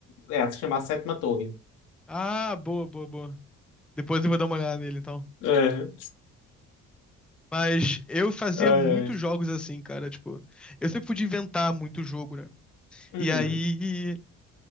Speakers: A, on the left (about 85°); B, in the centre.
A: É, é, se chama A Sétima Torre.
B: Ah, boa, boa, boa. Depois eu vou dar uma olhada nele, então.
A: É.
B: Mas eu fazia
A: Ai,
B: muitos
A: ai.
B: jogos assim, cara. Tipo, eu sempre podia inventar muito jogo, né?
A: Uhum.
B: E aí